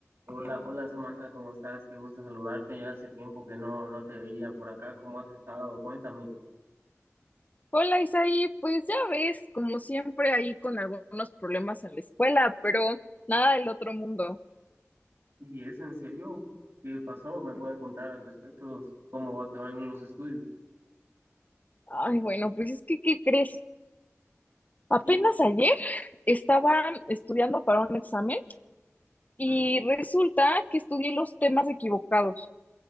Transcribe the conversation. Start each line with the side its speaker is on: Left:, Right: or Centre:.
Right: Hola, hola Samantha, ¿cómo estás? Qué gusto saludarte. Ya hace tiempo que no, no te veía por acá. ¿Cómo has estado? Cuéntame.
Left: Hola Isaí, pues ya ves, como siempre ahí con algunos problemas en la escuela, pero nada del otro mundo.
Right: ¿Y eso en serio? ¿Qué pasó? ¿Me puedes contar al respecto? ¿Cómo te van los estudios?
Left: Ay, bueno, pues es que, ¿qué crees? Apenas
Right: Sí,
Left: ayer estaba estudiando para un examen y
Right: ujú,
Left: resulta que estudié los temas equivocados,